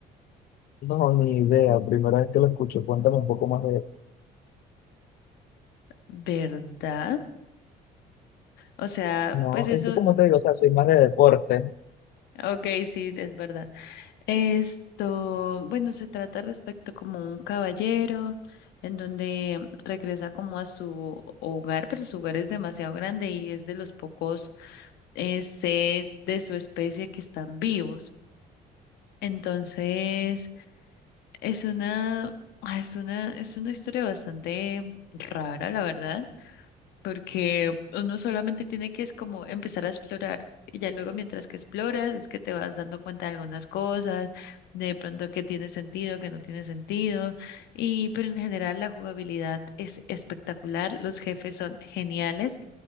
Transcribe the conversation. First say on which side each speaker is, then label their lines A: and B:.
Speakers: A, on the left; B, on the left.
A: no, ni idea. Primera vez que lo escucho, cuéntame un poco más de
B: ¿verdad? O sea,
A: No,
B: pues eso,
A: es que como te digo, o sea, soy más de deporte.
B: ok, sí, es verdad. Esto, bueno, se trata respecto como un caballero en donde regresa como a su hogar, pero su hogar es demasiado grande y es de los pocos eh, seres de su especie que están vivos. Entonces, es una, ah, es una, es una historia bastante rara, la verdad porque uno solamente tiene que es como empezar a explorar y ya luego mientras que exploras es que te vas dando cuenta de algunas cosas, de pronto que tiene sentido, que no tiene sentido, y pero en general la jugabilidad es espectacular, los jefes son geniales